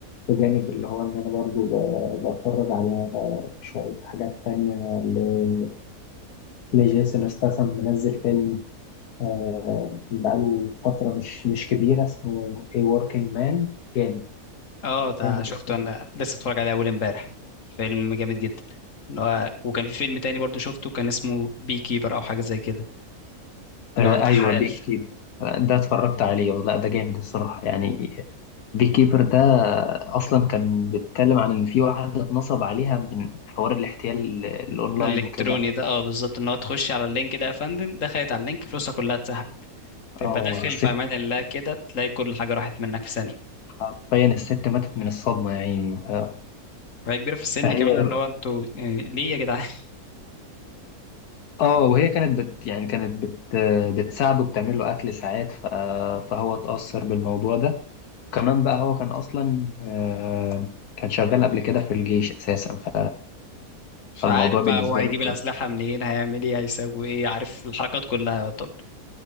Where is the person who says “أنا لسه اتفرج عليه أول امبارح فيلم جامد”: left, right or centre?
Left